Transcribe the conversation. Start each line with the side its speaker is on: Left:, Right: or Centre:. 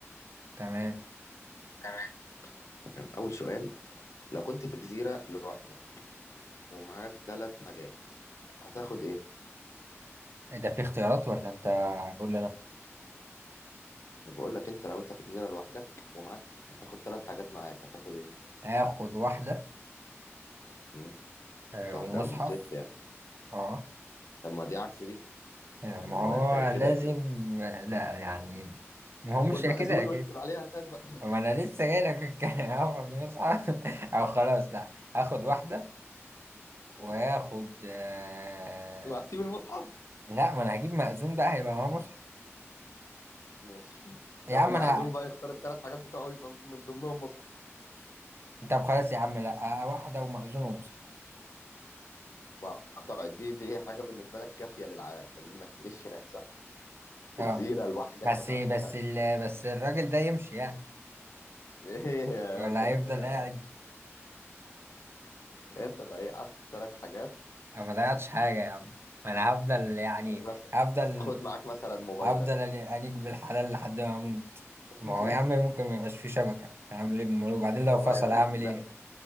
Right: تمام
Left: تمام تمام اول سؤال لو كنت في جزيره لوحدك ومعاك ثلاث حاجات هتاخد ايه
Right: إيه ده في اختيارات ولا انت قول لي انا
Left: انا بقول لك انت لو انت في جزيره لوحدك ومعاك هتاخد ثلاث حاجات معاك هتاخد ايه
Right: هاخد واحدة
Left: مم؟
Right: آه
Left: واحده
Right: ومصحف
Left: م- ست يعني
Right: اه
Left: طب ما دي عكس دي
Right: آه،
Left: يعني
Right: ما
Left: ما
Right: هو
Left: هو انت يا كده
Right: لازم
Left: يا كده
Right: آه، لا يعني ما هو
Left: خد
Right: مش يا
Left: مأذون
Right: كده يا كده
Left: واكتب عليها هناك بقى
Right: ما انا لسه جاي لك الكلام <laughs> هاخد مصحف <laughs> او خلاص لا هاخد واحدة وهاخد
Left: <laughs>
Right: آه...
Left: واعطيه بالمصحف
Right: لا ما انا هجيب مأذون بقى هيبقى معاه مصحف
Left: ماشي
Right: يا
Left: هو
Right: عم
Left: معزوم
Right: انا
Left: بقى يختار الثلاث حاجات بتوعه يبقى من ضمنهم مصحف
Right: طب خلاص يا عم لا آه، واحدة ومأذون ومصحف
Left: وهتقعد دي دي حاجة بالنسبة لك كافية للع... لإنك تعيش هناك صح؟ في
Right: اه
Left: جزيرة لوحدك
Right: بس
Left: ما تعرفش
Right: بس
Left: حاجة
Right: ال... بس الراجل ده يمشي يعني
Left: <laughs> إيه يا
Right: ولا
Left: در...
Right: هيفضل قاعد
Left: أنت ضيعت ثلاث حاجات
Right: أو ما ضيعتش حاجة يا عم ما أنا هفضل يعني
Left: بس
Right: هفضل
Left: خد معاك مثلا موبايلك
Right: هفضل ألي- أليق بالحلال لحد ما أموت
Left: <laughs>
Right: ما هو يا عم ممكن ما يبقاش فيه شبكة هعمل إيه أمال وبعدين
Left: خد موبايل
Right: لو فصل هعمل
Left: لا
Right: إيه